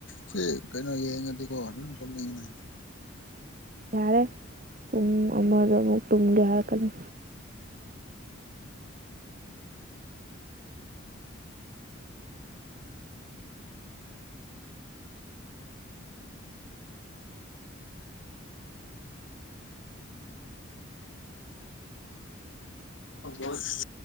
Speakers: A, on the left; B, on the right.
A: ꯁꯤ ꯀꯩꯅꯣ ꯌꯦꯡꯉꯗꯤꯀꯣ ꯑꯗꯨꯝ ꯇꯝꯅꯤꯡꯉꯤꯅ
B: ꯌꯥꯔꯦ ꯄꯨꯡ ꯑꯃꯗ ꯑꯃꯨꯛ ꯇꯨꯡꯒꯦ ꯍꯥꯏꯔꯛꯀꯅꯤ
A: ꯑꯣ ꯁ <unintelligible>